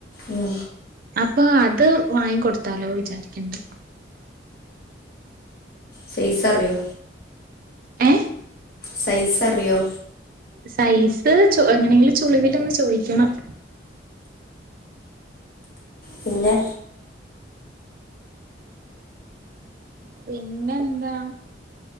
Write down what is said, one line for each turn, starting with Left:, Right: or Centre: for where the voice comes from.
Left: ഉം
Right: അപ്പൊ അത് വാങ്ങിിക്കൊടുത്താലോ വിചാരിക്കണ്ട്
Left: സേസ് അറിയോ
Right: ഏ
Left: സൈസ് അറിയോ
Right: സൈസ് ച എങ്ങനെങ്കിലും ചുളിവിില ഒന്ന് ചോദിക്കണം
Left: പിന്നെ
Right: പിന്നെ എന്താ